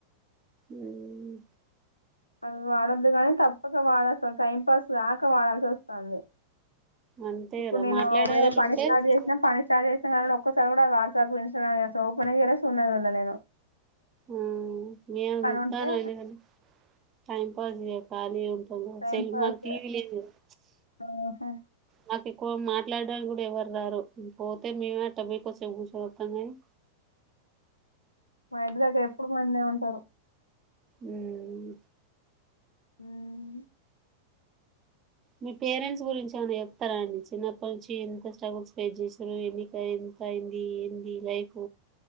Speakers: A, on the right; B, on the left.
A: మ్మ్
B: అవి వాడొద్దు కానీ తప్పక వాడాల్సంది టైంపాస్ కాక వడాల్సొస్తంది
A: అంతే
B: ఇప్పుడు
A: కదా
B: నేను
A: మాట్లాడే
B: వేరే
A: వాళ్ళు
B: పని
A: ఉంటే
B: స్టార్ట్ చేసినా పని స్టార్ట్ చేసినకాడ్ నుండి ఓక్ ఒక్కసారి కూడా వాట్సాప్ ఇంస్టాగ్రామ్ అసల్ ఓపెనే చేయలేదు సూడనే సూడలే నేనే
A: మ్మ్ మేం చూతన్నం
B: ఉంటే
A: ఐనగాని టైం <unintelligible> కాలీ ఉంటే
B: టైం
A: సెల్
B: పాస్
A: మాకు టీవీ లేదు కదా
B: ఆహా
A: నాకు ఎక్కువ మాట్లాడడానికి కూడా ఎవరు రారు ఇంక పోతే మేమే అట్ట బోయి కొసేపు కూసోని అత్తము కానీ
B: మా ఇంటి దగ్గర ఎప్పుడు మందే ఉంటరు
A: మ్మ్
B: మ్మ్
A: మీ పేరెంట్స్ గురించి ఏమైనా చెప్పరా అండి చిన్నప్పటి నుంచి ఎంత స్ట్రగుల్స్ ఫేస్ చేసిర్రు ఎన్నిక ఎంత అయింది ఏంది లైఫ్